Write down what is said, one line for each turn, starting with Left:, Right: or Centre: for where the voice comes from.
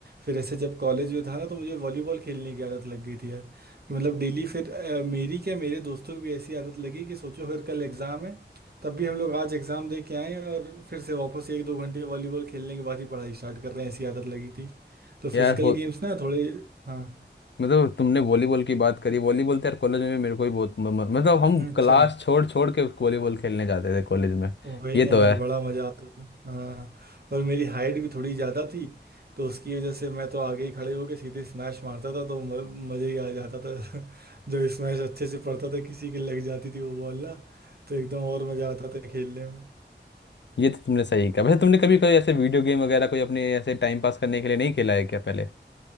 Right: फिर ऐसे जब कॉलेज में था ना तो मुझे वॉलीबॉल खेलने की आदत लग गई थी यार कि मतलब डेली फिर अ, मेरी क्या मेरे दोस्तों की भी ऐसी आदत लगी कि सोचो फिर कल एग्ज़ाम है तब भी हम लोग आज एग्ज़ाम दे के आए और फिर से वापस एक दो घंटे वॉलीबॉल खेलने के बाद ही पढ़ाई स्टार्ट कर रहे हैं ऐसी आदत लगी थी तो फिजिकल
Left: यार हो
Right: गेम्स ना थोड़े हाँ
Left: मतलब तुमने वॉलीबॉल की बात करी वॉलीबॉल तो यार कॉलेज में भी मेरे को भी बहुत म- म- मतलब हम
Right: अच्छा
Left: क्लास छोड़ छोड़ के वॉलीबॉल खेलने जाते थे कॉलेज में
Right: वही
Left: ये
Right: ना यार
Left: तो है
Right: बड़ा मजा आता था हाँ और मेरी हाइट भी थोड़ी ज्यादा थी तो उसकी वजह से मैं तो आगे ही खड़े होके सीधे स्मैश मारता था तो म- मजे ही आ जाता था <laughs> जो स्मैश अच्छे से पड़ता था किसी के लग जाती थी वो बॉल ना तो एकदम और मजा आता था खेलने में
Left: ये तो तुमने सही कहा वैसे तुमने कभी कोई ऐसे वीडियो गेम वगैरह कोई अपने ऐसे टाइम पास करने के लिए नहीं खेला है क्या पहले